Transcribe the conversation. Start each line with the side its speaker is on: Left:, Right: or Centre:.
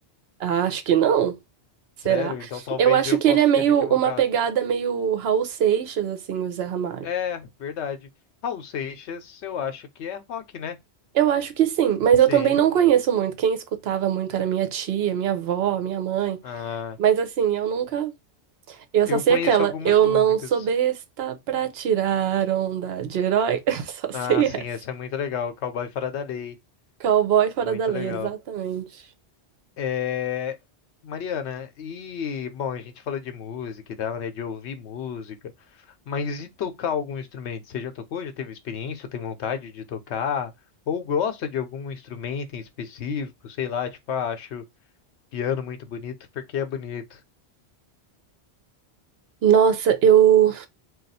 Right: Ah, acho que não. Será?
Left: Sério? Então talvez
Right: Eu acho
Left: eu
Right: que
Left: possa
Right: ele é meio
Left: ter me equivocado.
Right: uma pegada meio Raul Seixas, assim, o Zé Ramalho.
Left: É, verdade. Raul Seixas, eu acho que é rock, né?
Right: Eu acho que sim, mas
Left: Sim.
Right: eu também não conheço muito. Quem escutava muito era minha tia, minha avó, minha mãe.
Left: Ah,
Right: Mas assim, eu nunca. Eu só
Left: eu
Right: sei
Left: conheço
Right: aquela.
Left: algumas
Right: Eu
Left: músicas.
Right: não sou besta pra tirar onda de herói. <laughs> Só
Left: Ah,
Right: sei
Left: sim,
Right: essa.
Left: essa é muito legal. Cowboy Fora da Lei.
Right: Cowboy fora
Left: Muito
Right: da lei,
Left: legal.
Right: exatamente.
Left: É, Mariana, e bom, a gente falou de música e tal, né? De ouvir música, mas e tocar algum instrumento? Você já tocou? Já teve experiência? Ou tem vontade de tocar? Ou gosta de algum instrumento em específico? Sei lá, tipo, ah, acho piano muito bonito porque é bonito.
Right: Nossa, eu.